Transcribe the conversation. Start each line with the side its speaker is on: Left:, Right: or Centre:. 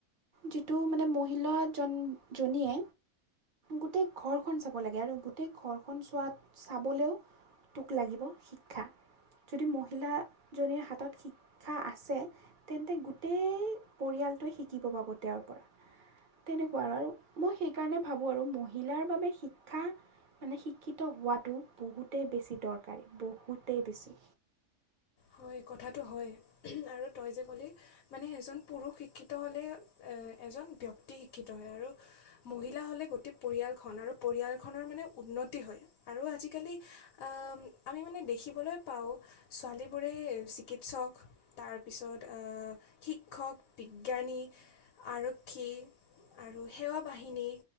Right: যিটো মানে মহিলা জন জনীয়ে, গোটেই ঘৰখন চাব লাগে আৰু গোট গোটেই ঘৰখন চোৱাত চাবলেও তোক লাগিব শিক্ষা। যদি মহিলাজনীৰ হাতত শিক্ষা আছে তেন্তে গোটেই পৰিয়াল। -টোই শিকিব পাব তেওঁৰ পৰা। তেনেকুৱা আৰু আৰু মই সেইকাৰণে ভাবোঁ আৰু মহিলাৰ বাবে শিক্ষা, মানে শিক্ষিত হোৱাটো বহুতেই বেছি দৰকাৰী বহুতেই বেছি।
Left: হয়, কথাটো হয়, আৰু তই যে, ক'লি মানে এজন পুৰুষ শিক্ষিত হ'লে এজন ব্যক্তি শিক্ষিত হয়, আৰু মহিলা হ'লে গোটেই পৰিয়ালখন আৰু পৰিয়ালখনৰ মানে উন্নতি হয় আৰু আজিকালি অ', আমি মানে দেখিবলৈ পাওঁ ছোৱালীব বোৰে চিকিৎসক তাৰপিছত অ', শিক্ষক, বিজ্ঞানী। আৰক্ষী আৰু সেৱা বাহিনী।